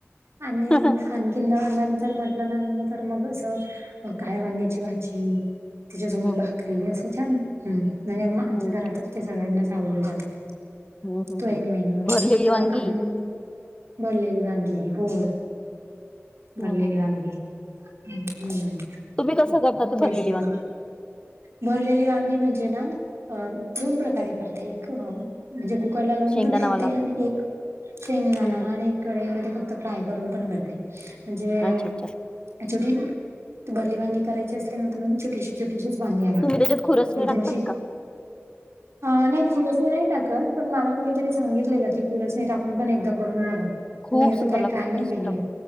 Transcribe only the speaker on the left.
हम्म
हम्म
हम्म
हम्म हम्म
हम्म.
भरलेली
वांगी
हम्म
हम्म
हम्म
तुम्ही कसं करता ती
भरलेली
वांगी
शेंगदाणावाला
हम्म हम्म
अच्छा अच्छा
तुम्ही त्याच्यात खुरसणी
टाकतात
का
खूप
सुंदर
लागते
खुरसणी
टाकून